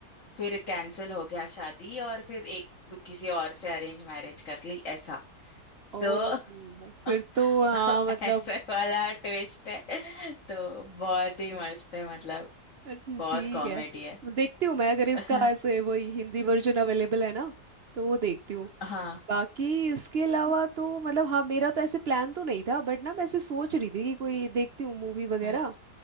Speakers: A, on the left; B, on the right.
A: फिर कैंसिल हो गया शादी और फिर एक दु- किसी और से अरेंज मैरिज कर ली ऐसा
B: ओ
A: तो
B: फिर
A: <laughs>
B: तो हाँ मतलब
A: ऐसे वाला ट्विस्ट है तो बहुत ही मस्त है मतलब
B: ठीक
A: बहुत कॉमेडी
B: है
A: है
B: देखती हूँ मैं अगर इसका
A: <laughs>
B: ऐसे वही हिंदी वर्जन अवेलेबल है ना तो वो देखती हूँ
A: हाँ
B: बाकी इसके अलावा तो मतलब हाँ मेरा तो ऐसे प्लान तो नहीं था बट ना मैं ऐसे सोच रही थी कि कोई देखती हूँ मूवी वगैरह
A: हाँ